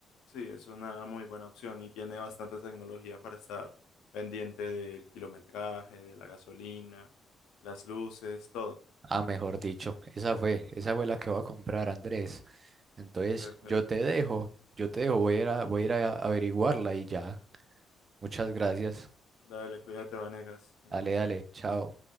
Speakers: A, on the left; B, on the right.
A: Sí, es una muy buena opción y tiene bastante tecnología para estar pendiente del kilometraje, de la gasolina, las luces, todo.
B: Ah, mejor dicho, esa fue, esa fue la que voy a comprar, Andrés. Entonces,
A: Perfecto.
B: yo te dejo, yo te dejo, voy a ir a, voy a ir a averiguarla y ya. Muchas gracias.
A: Dale, cuídate, Vanegas. Un
B: Dale,
A: gusto.
B: dale, chao.